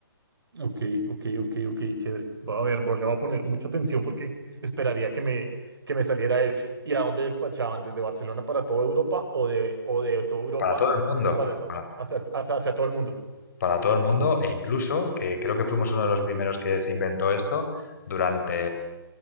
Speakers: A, on the right; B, on the left.
A: Ok, ok, ok, ok, chévere. Voy a ver, voy- le voy a poner mucha atención porque esperaría que me, que me saliera ese. ¿Y a dónde despachaban? ¿Desde Barcelona para toda Europa o de, o de toda Europa
B: Para todo el mundo,
A: por Barcelona
B: para,
A: hacia, hacia hacia todo el mundo?
B: Para todo el mundo, e incluso que creo que fuimos uno de los primeros que se inventó esto durante